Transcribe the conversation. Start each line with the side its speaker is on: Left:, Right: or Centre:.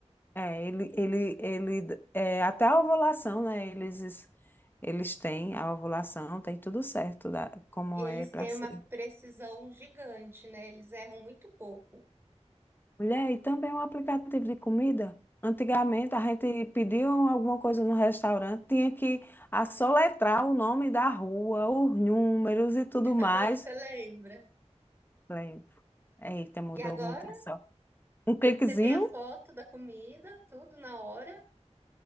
Left: É, ele, ele, ele, é, até a ovulação, né? Eles, eles têm a ovulação, tem tudo certo da, como
Right: E eles
Left: é para
Right: têm
Left: ser.
Right: uma precisão gigante, né? Eles erram muito pouco.
Left: Mulher, e também um aplicativo de comida. Antigamente a gente pediu alguma coisa no restaurante, tinha que assoletrar o nome da rua, os números e tudo mais.
Right: Ah, Você lembra?
Left: Falei, Eita, mudou
Right: E agora
Left: muito, é só um cliquezinho.
Right: você vê a foto da comida, tudo na hora.